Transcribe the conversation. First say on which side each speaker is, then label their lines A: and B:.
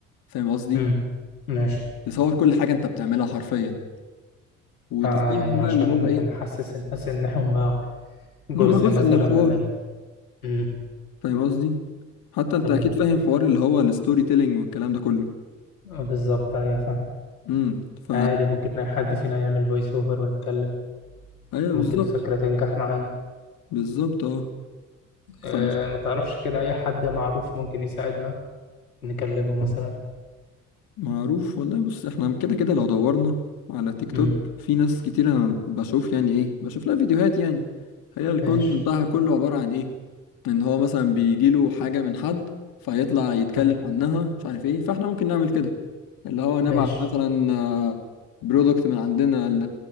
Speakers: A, on the left; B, on the left.
A: فاهم قصدي
B: مم، ماشي
A: تصور كل حاجة انت بتعملها حرفيا وتستخدم
B: آه يعني عشان
A: بقى اللي هو ايه
B: نح- نحسس الناس إن هم جزء
A: ان هما جزء
B: مثلا
A: من الحوار
B: من ال... مم،
A: فاهم قصدي حتى انت
B: تمام
A: اكيد فاهم حوار اللي هو الستوري تيلينج والكلام ده كله
B: آه، بالظبط أيوة فاهم
A: امم ف
B: عادي ممكن أي حد فينا يعمل فويس أوفر ويتكلم
A: ايوه
B: ممكن
A: بالظبط
B: الفكرة تنجح معانا
A: بالظبط اه
B: أه
A: ف
B: ما تعرفش كده أي حد معروف ممكن يساعدنا نكلمه مثلا
A: معروف والله بص احنا كده كده لو دورنا على تيك توك
B: مم.
A: في ناس كتير انا بشوف يعني ايه بشوف لها فيديوهات يعني هي الكونتنت
B: ماشي
A: بتاعها كله عبارة عن ايه ان هو مثلا بيجيله حاجة من حد فيطلع يتكلم
B: تمام
A: عنها مش عارف ايه فاحنا ممكن نعمل كده اللي هو نبعت
B: ماشي
A: مثلا برودكت من عندنا ل...